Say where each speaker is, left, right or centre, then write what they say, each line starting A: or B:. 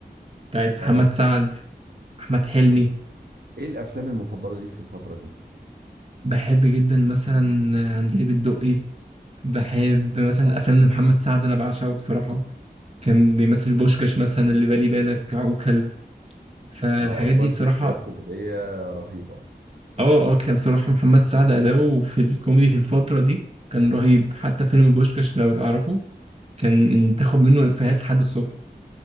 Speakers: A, on the right; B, on the right.
A: بتاعت محمد
B: اه
A: سعد احمد حلمي
B: ايه الافلام المفضله ليك في الفتره دي
A: بحب جدا مثلا عندليب الدقي بحب مثلا
B: اه
A: الافلام لمحمد سعد انا بعشقه بصراحه كان بيمثل بوشكاش مثلا اللي بالي بالك عوكل فالحاجات
B: اه شويه
A: دي بصراحه
B: شخصيات كوميديه رهيبه
A: اه اه كان بصراحه محمد سعد اداؤه في الكوميدي في الفتره دي كان رهيب حتى فيلم بوشكاش لو تعرفه كان تاخد منه افيهات لحد الصبح